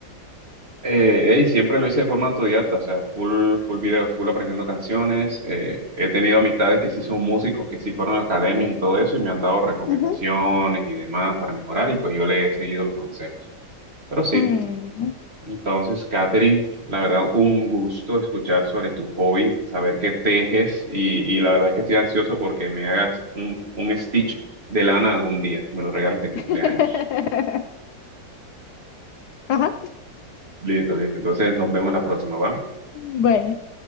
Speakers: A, on the right (about 35°); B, on the left (about 70°).
A: Eh, ey, siempre lo hice de forma autodidacta, o sea, full, full video, full aprendiendo canciones. eh, he tenido amistades que sí son músicos, que sí fueron a academias y todo eso, y me han dado recomendaciones
B: Ujú.
A: y demás para mejorar, y pues yo le he seguido los consejos. Pero sí,
B: Mm.
A: entonces, Katherine, la verdad, un gusto escuchar sobre tu hobby, saber que tejes, y, y la verdad que estoy ansioso porque me hagas un, un stitch de lana algún día, me lo regales de cumpleaños.
B: <laughs> Ajá.
A: Listo, listo. Entonces, nos vemos la próxima, ¿va?
B: Bueno.